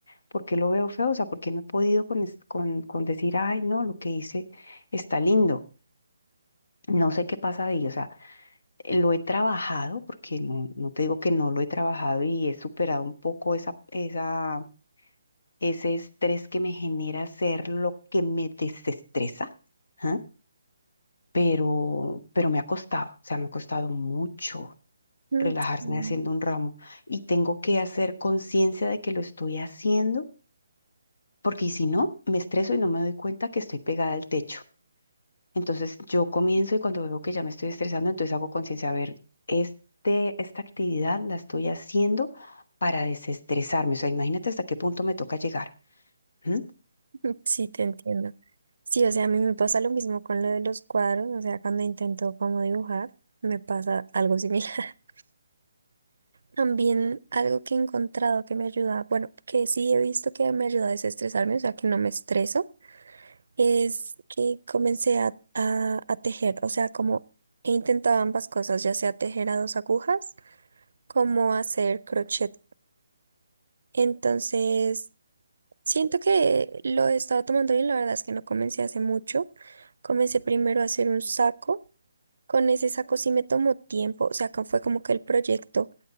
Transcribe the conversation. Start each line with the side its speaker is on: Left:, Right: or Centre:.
Left: por qué lo veo feo, o sea, ¿por qué no he podido con, es- con, con decir, ay, no, lo que hice está lindo. No sé qué pasa ahí, o sea. Lo he trabajado, porque no, no te digo que no lo he trabajado y he superado un poco esa, esa, ese estrés que me genera hacer lo que me desestresa, ¿ah? Pero, pero me ha costado, o sea, me ha costado mucho
Right: mm,
Left: relajarme
Right: sí,
Left: haciendo un ramo y tengo que hacer conciencia de que lo estoy haciendo, porque si no, me estreso y no me doy cuenta que estoy pegada al techo. Entonces yo comienzo y cuando veo que ya me estoy estresando, entonces hago conciencia, a ver, este, esta actividad la estoy haciendo para desestresarme. O sea, imagínate hasta qué punto me toca llegar. ¿m?
Right: <laughs> sí, te entiendo. Sí, o sea, a mí me pasa lo mismo con lo de los cuadros, o sea, cuando intento como dibujar, me pasa algo similar. <laughs> También algo que he encontrado que me ayuda, bueno, que sí he visto que me ayuda a desestresarme, o sea, que no me estreso es que comencé a, a- a tejer, o sea, como he intentado ambas cosas, ya sea tejer a dos agujas como hacer crochet. Entonces, siento que lo he estado tomando bien, la verdad es que no comencé hace mucho. Comencé primero a hacer un saco. Con ese saco sí me tomó tiempo, o sea, como- fue como que el proyecto